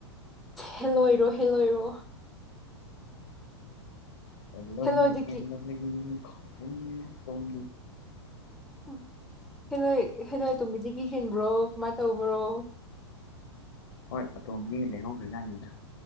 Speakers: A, in the centre; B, on the left.
A: ꯍꯦꯜꯂꯣꯏꯔꯣ ꯍꯦꯜꯂꯣꯏꯔꯣ
B: ꯍ ꯂꯣꯏꯅꯤ
A: ꯍꯦꯜꯂꯣꯏꯗꯒꯤ
B: ꯍꯦꯜꯂ ꯂꯩ ꯏꯅꯤ ꯍꯦꯟꯅ ꯇꯣꯡ
A: ꯎ ꯍꯦꯜꯂꯣꯏ ꯍꯦꯜꯂꯣꯏꯇꯣꯝꯕꯤꯗꯤ ꯀꯤ ꯍꯦꯟꯕ꯭ꯔꯣ ꯀꯃꯥꯏꯅ ꯇꯧꯕ꯭ꯔꯣ
B: ꯍꯣꯏ ꯑꯇꯣꯝ ꯃꯤꯅ ꯂꯩꯍꯧꯈ꯭ꯔ ꯀꯥꯟꯅꯤꯗ